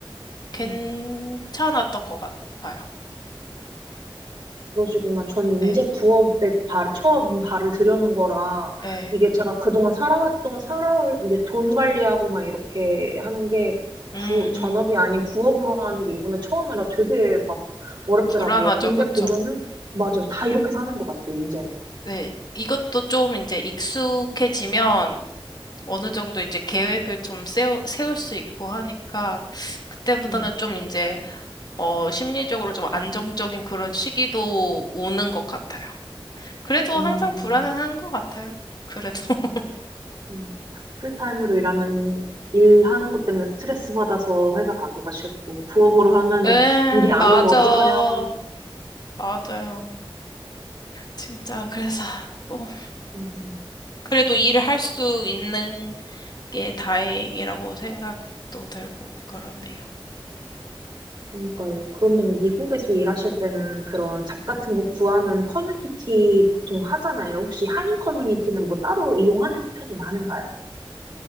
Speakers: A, on the left (about 50°); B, on the right (about 55°).
A: 괜찮았던
B: 음,
A: 것 같아요.
B: 그러시구나. 저는
A: 예,
B: 이제 부업에 발, 처음 발을 들여놓은 거라,
A: 예.
B: 이게 제가 그동안 살아왔던, 살아올, 이제 돈 관리하고 막 이렇게 하는 게,
A: 음,
B: 부, 전업이
A: 음.
B: 아닌 부업으로 하는 게 이번에 처음이라 되게 막 어렵더라고요.
A: 불안하죠.
B: 근데
A: 그쵸?
B: 보면은, 맞아요. 다 이렇게 사는 것 같아요, 이제는.
A: 네. 이것도 좀 이제 익숙해지면 어느 정도 이제 계획을 좀 세워, 세울 수 있고 하니까 그때보다는
B: 음,
A: 좀 이제, 어, 심리적으로 좀 안정적인 그런 시기도 오는 것 같아요. 그래도
B: 음,
A: 항상 불안은 한 것 같아요. 그래도. <laughs>
B: 음. 풀타임으로 일하면, 일하는 것 때문에 스트레스 받아서 회사 가기가 싫고, 부업으로 하면은
A: 예,
B: 일이 안
A: 맞아.
B: 오면 어떡하냐고.
A: 맞아요. 진짜, 그래서, 뭐,
B: 음.
A: 그래도 일을 할 수 있는 게 다행이라고 생각도 들고, 그러네요.
B: 그러니까요. 그러면 미국에서 일하실 때는 그런 잡 같은 거 구하는 커뮤니티 보통 하잖아요. 혹시 한인 커뮤니티는 뭐 따로 이용하는 편이 많은가요?